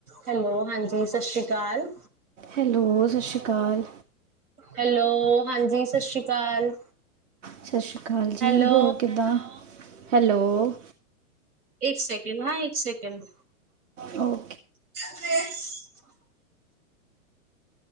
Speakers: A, on the right (about 85°); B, on the right (about 60°).
A: ਹੈਲੋ ਹਾਂਜੀ ਸਤਿ ਸ੍ਰੀ ਅਕਾਲ
B: ਹੈਲੋ ਸਤਿ ਸ਼੍ਰੀ ਅਕਾਲ
A: ਹੈਲੋ ਹਾਂਜੀ ਸਤਿ ਸ਼੍ਰੀ ਅਕਾਲ
B: ਸਤਿ ਸ਼੍ਰੀ ਅਕਾਲ ਜੀ
A: ਹੈਲੋ
B: ਹੋਰ ਕਿੱਦਾਂ ਹੈਲੋ
A: ਇੱਕ ਸੈਕਿੰਡ ਹਾਂ ਇੱਕ ਸੈਕਿੰਡ
B: ਓ
A: <inaudible>